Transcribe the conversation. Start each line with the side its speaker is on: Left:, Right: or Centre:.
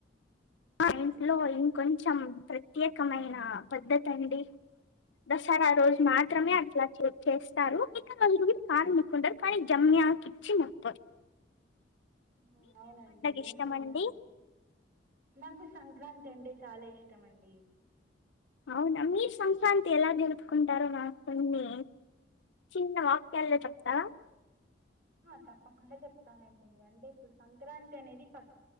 Left: మా ఇంట్లో ఇంకొంచెం ప్రత్యేకమైన పద్ధతి అండి దసరా రోజు
Right: హ్మ్.
Left: మాత్రమే అట్లా చె చేస్తారు ఇక నలుకు కాళ్ళు మక్కుంటారు కానీ జమ్యాకి ఇచ్చి ముక్కుతరు
Right: ఉ అవునండి నేను
Left: ఇష్టం
Right: విన్నాను
Left: అండి
Right: నాకు సంక్రాంతి అంటే చాలా ఇష్టం తమండి
Left: అవునా మీరు సంక్రాంతి ఎలా జరుపుకుంటారో మాకు కొన్ని చిన్న వాక్యాల్లో చెప్తారా
Right: ఆ తప్పకుండా చెప్తానండి అంటే ఇప్పుడు సంక్రాంతి అనేది ఫస్ట్